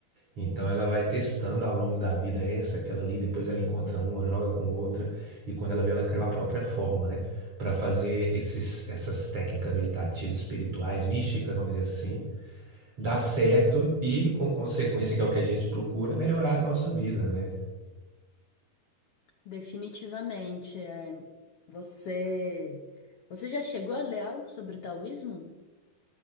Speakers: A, on the right; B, on the left.
A: então ela vai testando ao longo da vida essa, aquela ali, depois ela encontra uma, joga com outra, e quando ela vê, ela criou a própria fórmula, né? Para fazer esses, essas técnicas meditativas, espirituais, místicas, vamos dizer assim, dar certo e, com consequência, que é o que a gente procura, melhorar a nossa vida, né?
B: Definitivamente. É, você, você já chegou a ler algo sobre o taoísmo?